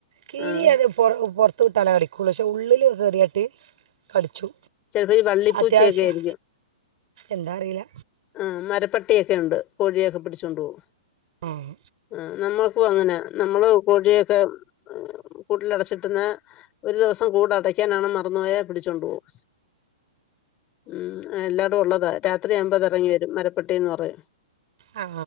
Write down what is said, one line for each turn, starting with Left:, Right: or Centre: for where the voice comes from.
Right: കീരിഅത്
Left: ആഹ്
Right: പൊറു പൊർത്ത്ക്ക് തല കടിക്കുള്ളൂ പക്ഷേ ഉള്ളില് കേറി ഇട്ട് കടിച്ചു
Left: ചെലപ്പം ഈ വള്ളിപ്പൂച്ചയൊക്കെ
Right: അത്യാവശ്യം
Left: ആയിരിക്കും.
Right: എന്താ അറിയില്ല
Left: ആഹ് മരപ്പട്ടിയൊക്കെ ഉണ്ട് കോഴിയേക്കെ പിടിച്ചുകൊണ്ടു പോകും
Right: ആഹ്
Left: ആ നമ്മൾക്കും അങ്ങനാ നമ്മള് കോഴിയെയൊക്കെ കൂട്ടിലടച്ചിട്ടിരുന്നാ ഒരു ദിവസം കൂട് അടക്കാനെങ്ങാനും മറന്നുപോയാൽ പിടിച്ചോണ്ടു പോവും. ഉം എല്ലാടോം ഒള്ളതാ രാത്രി ആവുമ്പൊ അത് എറങ്ങി വരും മരപ്പട്ടിന്ന് പറയും
Right: ആ